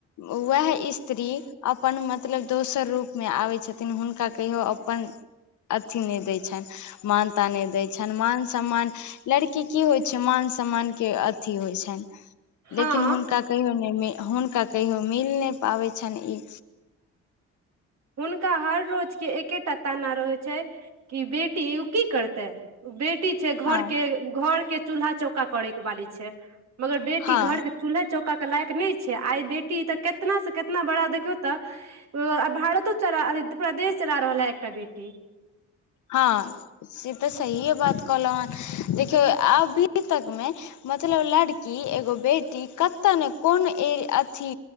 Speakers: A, on the left (about 75°); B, on the right (about 60°).
A: वेएह स्त्री अपन मतलब दोसर रूपमे आबै छथिन हुनका कहियो अपन अथि नहि दै छनि मानता नहि दै छनि मान सम्मान लड़की की होइ छै मान सम्मान के अथी होय छनि लेकिन
B: हँ
A: हुनका कहियो नहि हुनका कहियो मिल नहि पाबै छनि इ
B: हुनका हर रोजके एकेटा ताना रहै छै कि बेटी उ की करतै बेटी छै घर
A: हँ
B: के घर के चूल्हा चौका करे के बाली छै मगर बेटी
A: हँ
B: घर के चूल्हा चौका के लायक नहि छै आइ बेटी त केतना से केतना बड़ा देखियौ त भारतो चला पुरा देश चला रहल है एकटा बेटी
A: हँ से त सहिए बात कहलहुँ हे देखियौ अभी तक मे मतलब लड़की एगो बेटी कतय ने कोन ए अथी